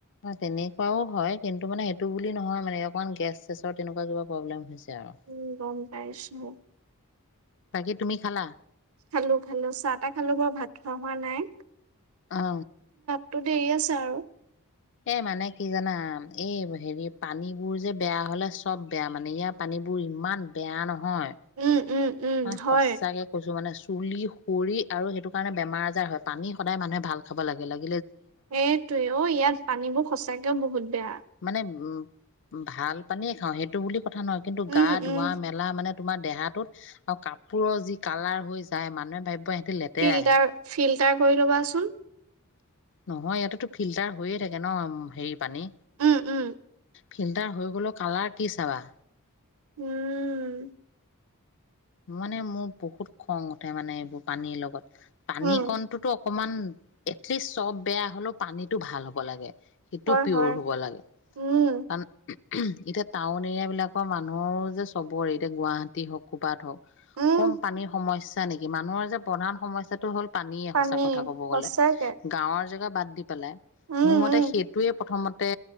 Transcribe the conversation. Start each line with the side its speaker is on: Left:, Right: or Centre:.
Left: তেনেকুৱাও হয় কিন্তু মানে সেইটো বুলি নহয় মানে অকণমান গেছ চেছৰ তেনেকুৱা কিবা প্ৰব্লেম হৈছে। আৰু।
Right: উম গম পাইছো।
Left: বাকী তুমি খালা।
Right: খালো খালো চাহ তাহ খালো বৰ ভাত খোৱা হোৱা নাই।
Left: অ।
Right: তও দেৰি আছে আৰু।
Left: এ মানে কি জানা এই হেৰি পানীবোৰ যে বেয়া হলে চব বেয়া মানে ইয়াৰ পানীবোৰ ইমান বেয়া নহয়।
Right: উম। উম উম
Left: মানে
Right: হয়
Left: সঁচাকে কৈছো মানে চুলি খৰি আৰু সেইটো কাৰণে বেমাৰ আজাৰ হয় পানী সদায় মানুহে ভাল খাব লাগে লাগে
Right: সেইটোয়ে অ ইয়াত পানীবোৰ সঁচাকেই বহুত বেয়া।
Left: মানে উম ভাল পানীয়ে খাওঁ সেইটো বুলি কথা নহয় কিন্তু
Right: উম
Left: গা ধোৱা
Right: উম
Left: মেলা মানে তোমাৰ দেহাটোত আৰু কাপোৰৰ যি কালাৰ হৈ যায় মানুহে ভাবিব লেতেৰাহে
Right: ফিল্টাৰ ফিল তাৰ কৰি লবাচোন।
Left: নহয় ইয়াতেতো ফিল্টাৰ হৈয়ে থাকে ন, হেৰি পানী
Right: উম উম।
Left: ফিল্টাৰ হৈ গলো কালাৰ কি চাবা।
Right: উউম।
Left: মানে মোৰ বহুত খং উঠে মানে এইবোৰ। পানীৰ লগত। পানী
Right: উম,
Left: কণটোতো অকমান। এটলিষ্ট চব বেয়া হলেও, পানীটো ভাল হ'ব লাগে। সেইটো
Right: হয়,
Left: পিয়ৰ
Right: হয়,
Left: হ'ব লাগে,
Right: উম,
Left: কাৰণ <unintelligible> <unintelligible> এতিয়া টাউন এৰিয়া বিলাকৰ মানুহৰ যে চবৰে, এতিয়া গুৱাহাটী হওক পা হক
Right: উম,
Left: কম পানীৰ সমইচ <unintelligible> নেকি মানুহৰ যে প্ৰধান সমস্যাটো হ'ল। পানীয়ে,
Right: পানী
Left: সচা কথা ক'ব
Right: সঁচাকে,
Left: গ'লে, গাঁৱৰ জেগা বাদ দি। পেলাই
Right: উম,
Left: মোৰ মতে
Right: উম,
Left: সেইটোয়ে প্ৰথমত। তে